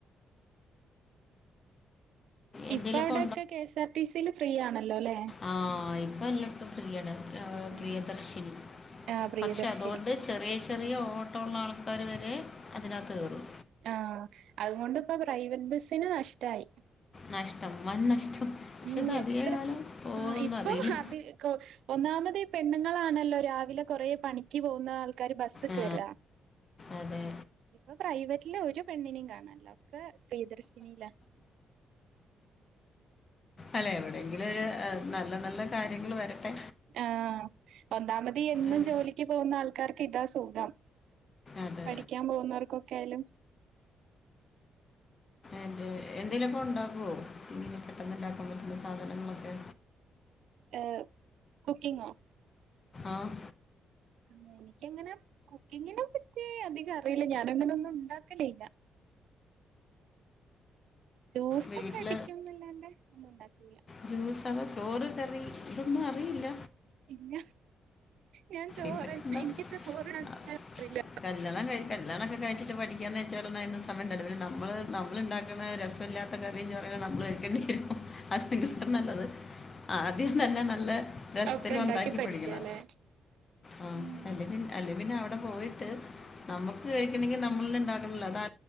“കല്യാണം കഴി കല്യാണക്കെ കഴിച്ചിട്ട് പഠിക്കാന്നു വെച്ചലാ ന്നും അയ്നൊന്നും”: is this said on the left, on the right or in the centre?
Left